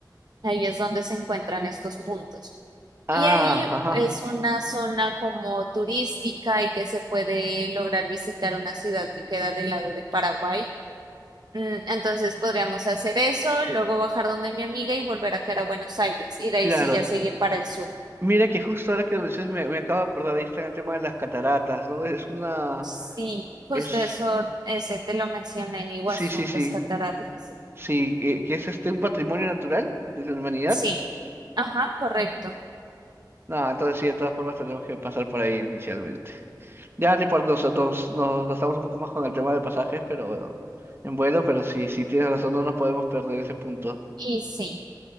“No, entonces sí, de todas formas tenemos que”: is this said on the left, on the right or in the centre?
Right